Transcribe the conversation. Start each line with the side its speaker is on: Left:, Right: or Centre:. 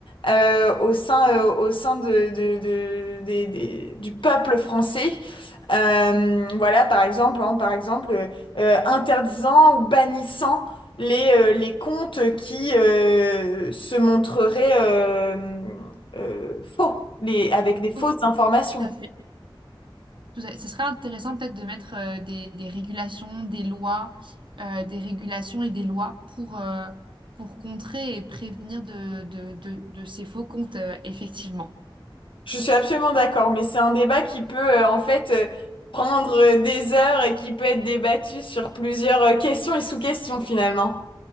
Left: euh, au sein, euh, au sein de, de, de- des- des- du peuple français? Euh, voilà, par exemple, hein, par exemple euh, interdisant ou bannissant les, euh, les comptes qui euh, se montreraient euh, euh, faux, les, avec des fausses
Right: Oh,
Left: informations.
Right: tout à fait. Tout à fait. Ce serait intéressant peut-être de mettre euh, des, des régulations, des lois, euh, des régulations et des lois pour, euh, pour contrer et prévenir de, de, de, de ces faux comptes, euh, effectivement.
Left: Je suis absolument d'accord, mais c'est un débat qui peut euh, en fait euh, prendre euh, des heures et qui peut être débattu sur plusieurs euh, questions et sous-questions finalement.